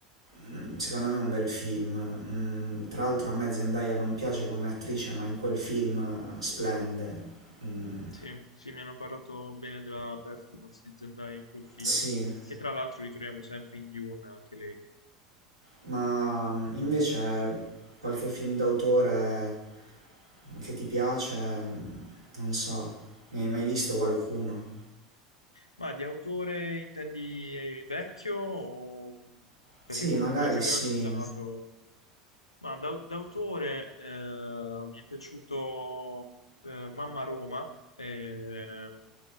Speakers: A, on the right; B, on the left.
A: mm, secondo me è un bel film. Mm, tra l'altro a me Zendaya non piace come attrice, ma in quel film eh, splende. Mm,
B: sì, sì, mi hanno parlato bene della performance di Zendaya in quel film,
A: sì,
B: che tra l'altro ritroviamo sempre in Dune, anche lei.
A: ma mm, invece qualche film d'autore che ti piace, mm, non so, ne hai mai visto qualcuno?
B: Ma di autore intendi eh, vecchio? o- Perché
A: Sì,
B: comunque
A: magari
B: quelli che
A: sì.
B: abbiamo citato... Ma da- d'autore eh, mi è piaciuto eh, Mamma Roma, eh,